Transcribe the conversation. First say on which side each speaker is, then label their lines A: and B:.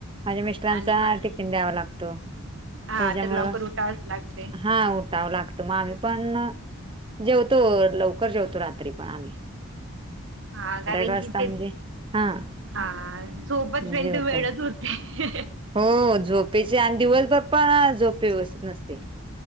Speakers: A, on the right; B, on the right.
A: माझ्या मिस्टरांचा
B: आणि मग
A: टिफिन द्यावा लागतो
B: हा
A: त्याच्यामुळं
B: तर लवकर उठावच लागते
A: हा ाव लागत मग आम्ही पण जेवतो लवकर जेवतो रात्री पण आम्ही
B: हा कारण
A: वाजता
B: की ते
A: म्हणजे हां,
B: हा सोबत पंत
A: जेवतो.
B: वेळच होत ह
A: हो झोपेचे आणि दिवसभर पण झोपे व्यवस्थित नसते